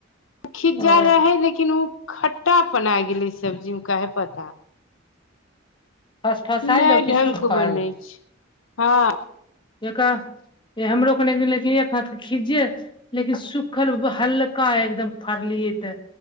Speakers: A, on the left; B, on the left.
A: खिज्जा
B: ओ
A: रहै लेकि किन उ खट्टा पना आए गेले सब्जी मे काहे पता
B: फसफसायल
A: नै
B: रहौ कि
A: ढ़ंक
B: सुखल
A: क बनै छै हँ
B: एक हमरो कने दिन लेकिन एक हाथ खीज्जे लेकिन सुखल हल्का एकदम फड़लियै तऽ